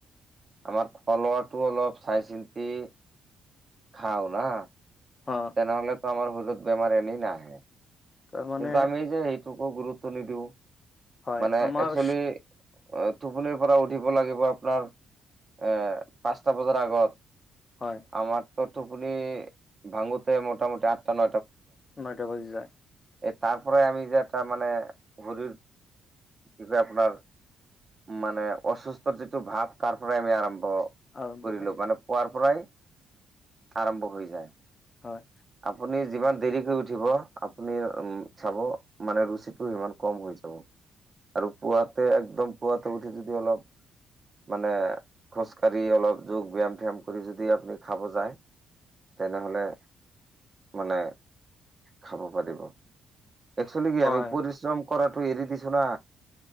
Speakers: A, on the right; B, on the left.
A: আমাৰ খোৱা লোৱাটো অলপ চাই চিন্তি খাও না।
B: অ
A: তেনেহলেতো আমাৰ শৰীৰত বেমাৰ এনেই নাহে।
B: তাৰমানে
A: কিন্তু আমি যে সেইটোকো গুৰুত্ব নিদিও
B: হয়
A: মানে
B: আমাৰ
A: একচলি এ টোপনিৰ পৰা উঠিব লাগিব আপোনাৰ এ পাঁচটা বজাৰ আগত।
B: হয়
A: আমাৰতো টোপনি ভাঙোতে মোটামুটি আঠটা ন
B: নটা বাজি যায়।
A: এই তাৰ পৰাই আমি যে এটা মানে শৰিৰ কি কয় আপোনাৰ মানে অসুস্থৰ যিটো ভাৱ তাৰ পৰাই আমি আৰম্ভ ম্
B: আৰম্ভ
A: কৰিলো
B: হয়
A: মানে পোৱাৰ পৰাই আৰম্ভ হৈ যায়।
B: হয়
A: আপুনি যিমান দেৰি কৰি উঠিব, আপুনি উ চাব মানে ৰুচিটো সিমান কম হৈ যাব আৰু পুৱাতে একদম পুৱাতে উঠি যদি অলপ মানে খোজকাঢ়ি অলপ যোগ ব্যায়াম ঠিয়াম কৰি যদি আপুনি খাব যায় তেনেহলে মানে খাব পাৰিব। একচোৱেলি কি
B: হয়
A: আমি পৰিশ্ৰম কৰাটো এৰি দিছো না,